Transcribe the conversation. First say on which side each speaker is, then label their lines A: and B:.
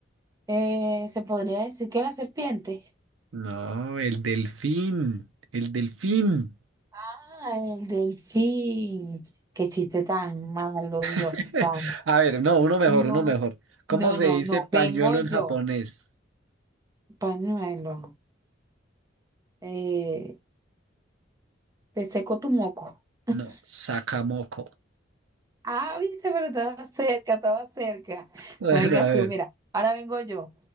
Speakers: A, on the right; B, on the right.
A: Eh, ¿se podría decir que la serpiente?
B: No, el delfín. El delfín.
A: Ah, el delfín. Qué chiste tan malo, Dios
B: <laughs>
A: santo.
B: A ver, no, uno mejor,
A: No
B: uno mejor.
A: me,
B: ¿Cómo
A: no,
B: se
A: no,
B: dice
A: no.
B: pañuelo
A: Vengo yo.
B: en japonés?
A: Pañuelo. Eh, te seco tu moco. <laughs>
B: No, sakamoko. <laughs>
A: Ah, viste, pero estaba cerca, estaba cerca.
B: Bueno,
A: No vengas
B: a ver.
A: tú, mira, ahora vengo yo.